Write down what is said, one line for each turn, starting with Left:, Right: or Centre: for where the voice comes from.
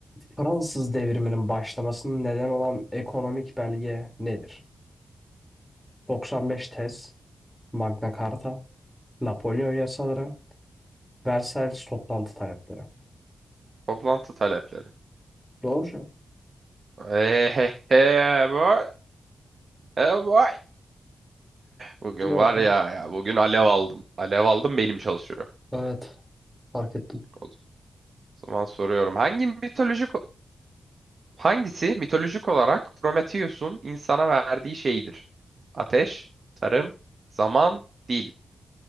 Centre: Fransız devriminin başlamasının neden olan ekonomik belge nedir? 95 tez, Magna Carta, Napolyon yasaları, Versailles toplantı talepleri.
Right: toplantı talepleri.
Centre: Doğru cevap.
Right: Ehehe boy. E boy. Bugün
Centre: Hadi bakalım.
Right: var ya ya bugün alev aldım. Alev aldım benim çalışıyor.
Centre: Evet. Fark ettim.
Right: O O zaman soruyorum. Hangi mitolojik hangisi mitolojik olarak Prometheus'un insana verdiği şeydir? Ateş, tarım, zaman, dil.